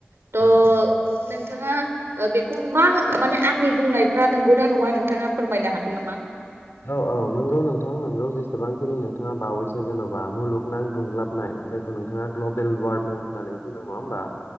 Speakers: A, on the right (about 75°); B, on the left (about 80°).
A: थ'
B: औ औ
A: नोंथाङा बेखौ मा माने आंनि बुंनायफ्रा नंगौना नङा नोंथाङा फोरमायनो हागोन नामा
B: औ औ नंगौ नोंथां नों जेसेबांखिनि नोंथाङा बावैसो जेनबा मुलुनां दुंग्लाबनाय जायखौ नोंथाङा ग्लबेल वार्मिं होननानै बुंदों नङा होमबा